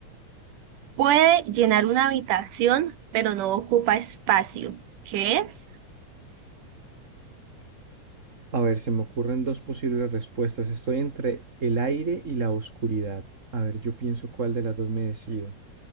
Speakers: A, on the right; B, on the right.
A: puede llenar una habitación, pero no ocupa espacio. ¿Qué es?
B: A ver, se me ocurren dos posibles respuestas. Estoy entre el aire y la oscuridad. A ver, yo pienso cuál de las dos me decido.